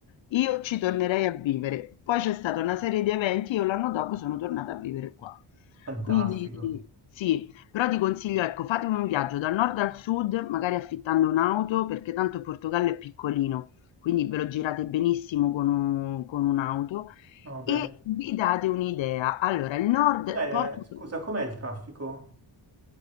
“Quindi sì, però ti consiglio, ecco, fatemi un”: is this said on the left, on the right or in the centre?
Left